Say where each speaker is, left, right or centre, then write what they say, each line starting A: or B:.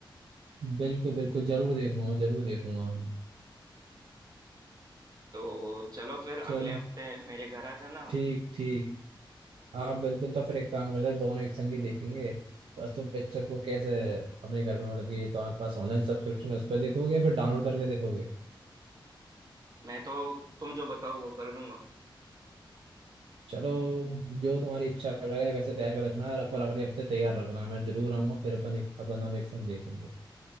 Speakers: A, on the right (about 85°); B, on the right (about 45°).
A: बिल्कुल बिल्कुल जरूर देखूंगा जरूर देखूंगा मैं।
B: तो चलो फिर
A: चलो
B: अगले हफ्ते मेरे घर आ जाना
A: ठीक ठीक हाँ बिल्कुल तो फिर एक काम करते हैं दोनों एक संग ही देखेंगे बस तुम पिक्चर को कैसे अपने घर में मतलब कि तुम्हारे पास ऑनलाइन सब्सक्रिप्शन है, उस पर देखोगे या फिर डाउनलोड करके देखोगे
B: मैं तो तुम जो बताओ वो कर लूंगा
A: चलो जो तुम्हारी इच्छा करे वैसे तैयार कर रखना और अपन अगले हफ्ते तैयार रखना मैं जरूर आऊंगा फिर अपन एक अपन दोनों एक संग देखेंगे